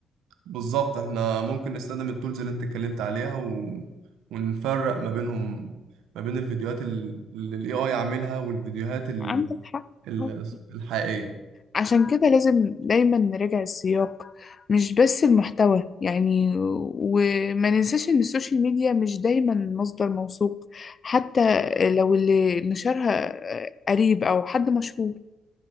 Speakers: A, on the right; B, on the left.
A: بالظبط احنا ممكن نستخدم التولز اللي انت اتكلمت عليها و... ونفرق ما بينهم ما بين الفيديوهات ال- اللي الاي اي عاملها والفيديوهات ال...
B: عندك حق
A: ال...
B: آه.
A: الحقيقية
B: عشان كده لازم دايما نراجع السياق مش بس المحتوى يعني وما ننساش إن السوشيال ميديا مش دايما مصدر موثوق حتى لو اللي نشرها آه، قريب أو حد مشهور